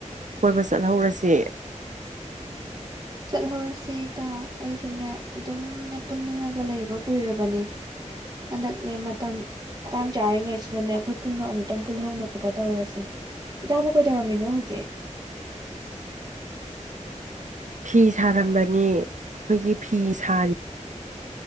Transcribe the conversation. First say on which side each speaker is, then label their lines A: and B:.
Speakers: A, on the right; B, on the right.
A: ꯀꯣꯏꯕ ꯆꯠꯍꯧꯔꯁꯤ
B: ꯆꯠꯍꯧꯔꯁꯤꯗ ꯑꯩꯁꯨꯅꯦ ꯑꯗꯨꯝꯅꯦ ꯄꯨꯟꯅꯤꯡꯉꯒ ꯂꯩꯕ ꯀꯨꯏꯔꯕꯅꯦ ꯍꯟꯗꯛꯅꯦ ꯃꯇꯝ ꯇꯥꯡ ꯆꯥꯔꯤꯉꯩꯁꯤꯗꯅꯦ ꯑꯩꯈꯣꯏ ꯄꯨꯟꯅ ꯑꯃꯨꯛꯇꯪ ꯄꯨꯜꯍꯧꯅꯕ ꯇꯧꯔꯁꯤ ꯏꯇꯥꯕꯨ ꯀꯩ ꯇꯧꯔꯝꯃꯤꯅꯣ ꯍꯧꯖꯤꯛ
A: ꯐꯤ ꯁꯥꯔꯝꯕꯅꯤ ꯑꯩꯈꯣꯏꯒꯤ ꯐꯤ ꯁꯥꯔꯤ